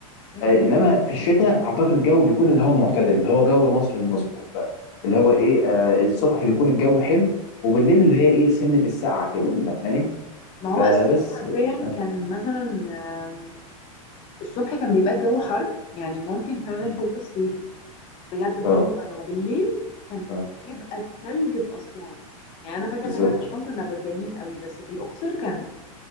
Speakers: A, on the left; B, on the left.
A: م-م.
B: آه، انما في الشتاء اعتقد الجو بيكون اللي هو معتدل اللي هو جو مصر المظبوط بقى اللي هو ايه آه، الصبح بيكون الجو حلو وبالليل اللي هي ايه سنه السقعه كده فاهماني
A: ما هو
B: فبس
A: الصبح حرفيا
B: آه،
A: كان مثلا آم، الصبح كان بيبقى الجو حر يعني ممكن فعلا
B: مم.
A: تلبس صيفي بجد بدون
B: اه
A: مبالغة بالليل كان
B: اه
A: بيبقى التلج في أسوان يعني أنا فاكرة
B: بالظبط
A: إن احنا في أسوان كنا بردانين قوي بس في الأقصر كان